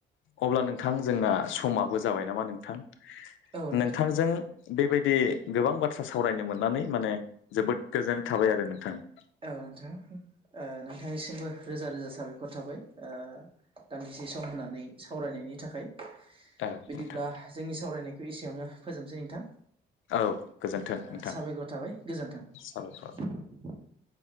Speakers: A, on the left; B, on the right.
A: अब्ला नोंथां जोंना समाबो जाबाय नामा नोंथां ।
B: औ नोंथां
A: नोंथांजों बेबायदि गोबां बाथ्रा सावरायनो मोननानै माने जोबोद गोजोननाय थाबाय आरो नोंथां ।
B: औ नोंथां ओ नोंथांनिसिमबो रोजा रोजा साबायखर थाबाय ओ दान्दि से सम होनानै सावरायनायनि थाखाय ।
A: औ
B: बिदिब्ला
A: नोंथां
B: जोंनि सावरायनायखौ एसेयावनो फोजोबसै नोंथां ।
A: औ गोजोन्थों
B: ओ
A: नोंथां
B: साबायखर थाबाय गोजोन्थों ।
A: साबायखर